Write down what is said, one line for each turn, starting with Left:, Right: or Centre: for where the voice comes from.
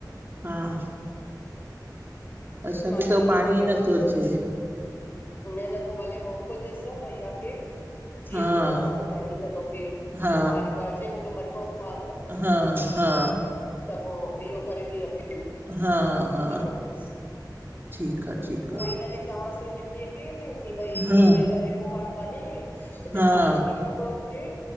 Right: हां असांखे
Left: मां
Right: त
Left: चयो
Right: हो
Left: इहो
Right: पांणीं
Left: थी कयां
Right: नथो अचे।
Left: न न पो भले मोकुलजेस भैया खे जीअं
Right: हा
Left: थींदो न मां ॿुधाईंदी माए तोखे
Right: हा
Left: पो ॿाहिर भंरजयं मुंहिंजो मटको गांगरं
Right: हा हा
Left: त पो इहो करे ती रखें
Right: हा हा
Left: ॾिस
Right: ठीकु आ ठीकु
Left: उहो ई हिन खे चवांस पईं नंढीअं खे की भई
Right: आ
Left: तूंजे घर एकोगार्ड काने हिते
Right: हा
Left: पाणी किन्नो थो अचे